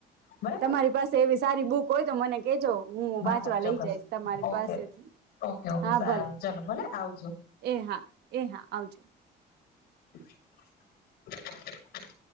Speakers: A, on the left; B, on the right.
A: બરાબર
B: તમારી પાસે એવી સારી બુક કોઈ તો મને કેજો. હું
A: હા
B: વાંચવા
A: હા ચોક્કસ
B: લઈ જઈશ તમારી
A: ઓકે
B: પાસેથી
A: ઓકે ઓકે
B: હા
A: સારું
B: ભલે
A: ચલો ભલે આવજો.
B: એ હા એ હા આવજો.
A: <inaudible>